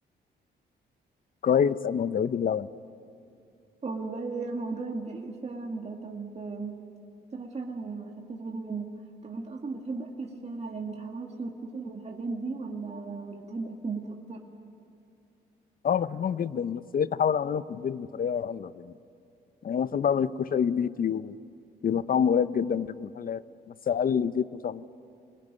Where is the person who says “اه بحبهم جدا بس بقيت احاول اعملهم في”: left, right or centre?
Left